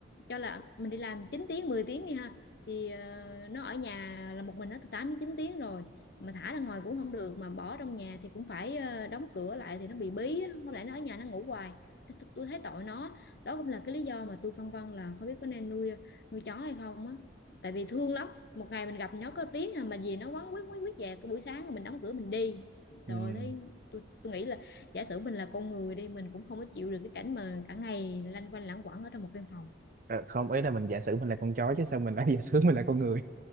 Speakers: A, on the left; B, on the right.
A: cho là mình đi làm 9 tiếng 10 tiếng đi ha thì ờ, nó ở nhà là một mình nó từ 8 đến 9 tiếng rồi mà thả ra ngoài cũng không được mà bỏ trong nhà thì cũng phải ờ, đóng cửa lại thì nó bị bí á. nó lại nó ở nhà nó ngủ hoài Thế tôi tôi thấy tội nó đó cũng là cái lý do mà tôi phân vân là không biết có nên nuôi nuôi chó hay không á tại vì thương lắm một ngày mình gặp nó có tiếng à, mà gì nó quấn quýt quýt quýt về cái buổi sáng rồi mình đóng cửa mình đi
B: Ừ.
A: trời ơi, thấy tôi tôi nghĩ là giả sử mình là con người đi mình cũng không có chịu được cái cảnh mà cả ngày lanh quanh lãng quẩn ở trong một căn phòng
B: Ờ, không ý là mình giả sử mình là con chó chứ sao mình lại <laughs> giả sử mình là con người